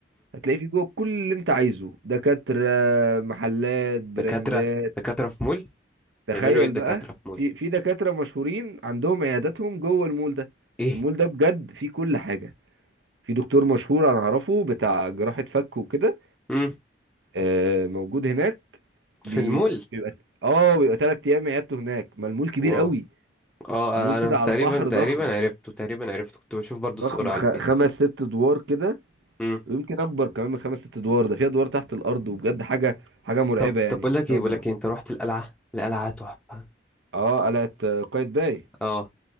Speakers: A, on the right; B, in the centre.
A: هتلاقي فيه جوه كل اللي انت عايزه دكاتره محلات براندات
B: دكاترة دكاترة في مول
A: تخيل
B: بيعملوا ايه الدكاترة
A: بقى
B: في مول
A: في في دكاتره مشهورين عندهم عياداتهم جوه المول ده
B: ايه
A: المول ده بجد فيه كل حاجه في دكتور مشهور انا اعرفه بتاع جراحه فك وكده
B: امم
A: آه، موجود هناك
B: في
A: بي-
B: المول
A: بيبقى اه بيبقى ثلاث ايام عيادته هناك ما المول كبير
B: واو
A: قوي
B: اه آه،
A: المول
B: انا
A: كده
B: تقريبا
A: على البحر ضخم
B: تقريبا عرفته تقريبا عرفته كنت بشوف برضو الصورة
A: ضخم
B: على
A: خ...
B: الفيس
A: خمس ست ادوار كده
B: امم
A: ويمكن اكبر كمان من خمس ست ادوار ده في ادوار تحت الارض وبجد حاجه حاجه مرعبه
B: طب
A: يعني
B: طب بقول لك
A: قدام
B: ايه
A: البحر
B: بقول لك إيه، انت رحت القلعة القلعة تحفة
A: اه قلعه آه، قايتباي
B: اه